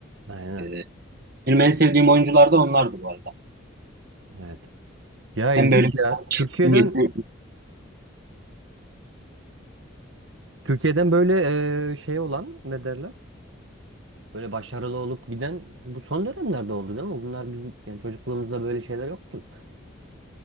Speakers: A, on the right; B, on the right.
A: Aynen.
B: Ee, benim en sevdiğim oyuncular da onlardı bu arada.
A: Evet. Ya ilginç
B: Hem böyle
A: ya.
B: koç,
A: Türkiye'den
B: hem yetenekli.
A: Türkiye'den böyle e, şey olan ne derler? Böyle başarılı olup giden bu son dönemlerde oldu değil mi? Bunlar bizim yani çocukluğumuzda böyle şeyler yoktu.